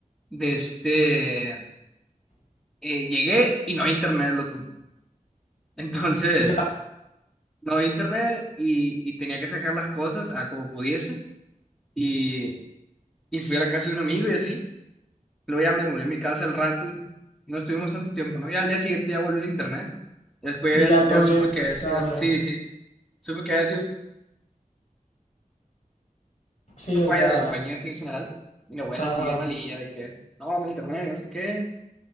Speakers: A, in the centre; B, on the left.
A: de este, eh, llegué y no había internet, loco. <laughs> Entonces,
B: ya.
A: no había internet y, y tenía que sacar las cosas a como pudiese. Y, y fui a la casa de un amigo y así. Luego ya me volví a mi casa al rato. y No estuvimos tanto tiempo, ¿no? Ya al día siguiente ya volvió el internet. Después
B: Y ya todo
A: ya, ya
B: bien,
A: supe
B: pues
A: que había sido,
B: darle.
A: sí, sí, supe que había sido
B: Sí, o
A: falla
B: sea,
A: de la compañía así en general. Y la buena,
B: ajá.
A: así bien malilla, de que, no, no hay internet, no sé qué.